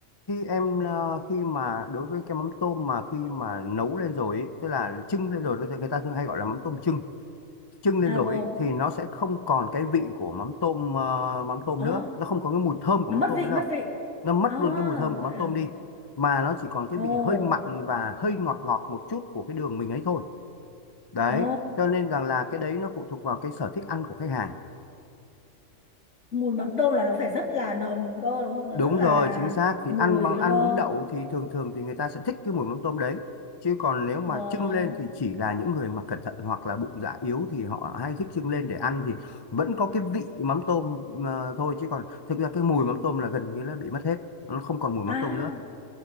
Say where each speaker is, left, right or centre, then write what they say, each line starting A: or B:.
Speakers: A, on the left; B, on the left.
A: khi em ờ, khi mà đối với cái mắm tôm mà khi mà nấu lên rồi ý, tức là trưng lên rồi người ta người ta thường hay gọi là mắm tôm trưng, trưng lên
B: à
A: rồi
B: vâng
A: ý, thì nó sẽ không còn cái vị của mắm tôm ờ, mắm tôm
B: Ồ,
A: nữa nó không có cái mùi thơm của
B: nó
A: mắm
B: mất
A: tôm
B: vị,
A: nữa đâu
B: mất vị.
A: nó mất
B: À,
A: luôn cái mùi thơm của
B: vậy
A: mắm
B: à.
A: tôm đi mà nó chỉ còn cái
B: Ồ,
A: vị hơi mặn và hơi ngọt ngọt một chút của cái đường mình ấy thôi đấy
B: ồ,
A: cho nên rằng là cái đấy nó phụ thuộc vào cái sở thích ăn của khách hàng
B: mùi mắm tôm là nó phải rất là nồng cơ đúng không? Nó
A: Đúng
B: rất là
A: rồi, chính xác thì
B: mùi
A: ăn bằng
B: luôn
A: ăn
B: cơ.
A: bún đậu thì thường thường thì người ta sẽ thích cái mùi mắm tôm đấy. Chứ còn nếu mà
B: Vâng.
A: trưng lên thì chỉ là những người mà cẩn thận hoặc là bụng dạ yếu thì họ hay thích trưng lên để ăn thì vẫn có cái vị mắm tôm ờ, thôi chứ còn thực ra cái mùi mắm tôm là gần như là bị mất hết, nó không còn mùi mắm
B: À,
A: tôm nữa.